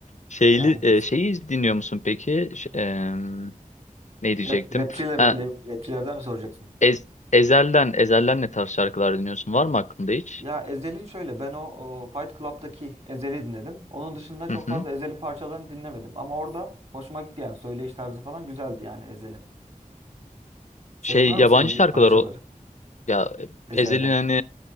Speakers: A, on the left; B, on the right.
A: Şeyli,
B: Yani
A: e, şeyi dinliyor musun peki? Ş- e, ne diyecektim?
B: rap, rapçiyle mi-
A: Ha,
B: le- rapçilerden mi soracaksın?
A: Ez- Ezel'den, Ezel'den ne tarz şarkılar dinliyorsun? Var mı aklında hiç?
B: Ya Ezhel'in şöyle ben o, o Fight Club'daki Ezhel'i dinledim. Onun dışında çok
A: Hı hı.
B: fazla Ezhel'in parçalarını dinlemedim. Ama orada hoşuma gitti yani söyleyiş tarzı falan güzeldi yani Ezhel'in. Senin
A: Şey
B: var mı
A: yabancı
B: sevdiğin
A: şarkılar
B: parçaları
A: Ya
B: Ezhel'den?
A: Ezhel'in hani